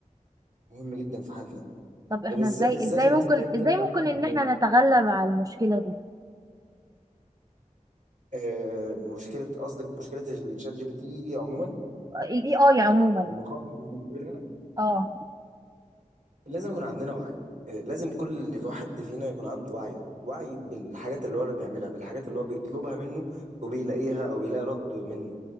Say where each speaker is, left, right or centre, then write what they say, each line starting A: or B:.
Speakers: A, on the right; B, on the right.
A: مهم جدا في حياتنا
B: طب احنا
A: وبالذات
B: ازاي
A: بالذات
B: ازاي
A: للناس
B: ممكن
A: اللي هي بتعمل
B: ازاي ممكن
A: ابحاث علميه
B: ان احنا نتغلب على المشكلة دي
A: آه مشكله قصدك مشكله الشات جي بي تي عموما
B: الاي اي عموما
A: والمخاطر اللي بنقابلها
B: اه
A: لازم يكون عندنا وعي إيه، لازم كل اللي في واحد فينا يكون عنده وعي وعي بالحاجات اللي هو اللي بيعملها بالحاجات اللي هو بيطلبها منه وبيلاقيها او بيلاقي رد منه